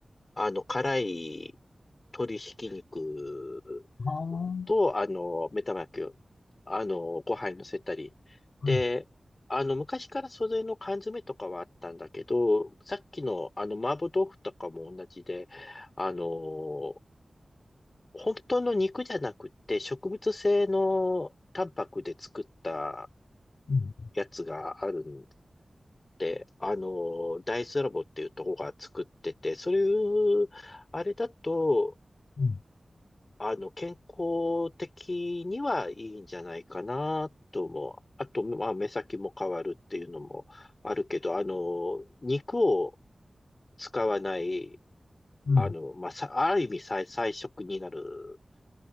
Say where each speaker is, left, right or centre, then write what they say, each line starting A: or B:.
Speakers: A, on the left; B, on the left.
A: あの、辛い鶏ひき肉
B: あ、は
A: と、あの、目玉焼きを、あの、ご飯に乗せたり。
B: い、
A: で、あの、昔からそれの缶詰とかはあったんだけど、さっきの、あの、麻婆豆腐とかも同じで、あの、本当の肉じゃなくて、植物性のタンパクで作った
B: うん、
A: やつがあるんで、あの、大豆ラボっていうとこが作ってて、そういう、あれだと、
B: うん、
A: あの、健康的にはいいんじゃないかなと思う。あと、まあ、目先も変わるっていうのもあるけど、あの、肉を使わない、
B: うん、
A: あの、まあ、さ、ある意味菜、菜食になる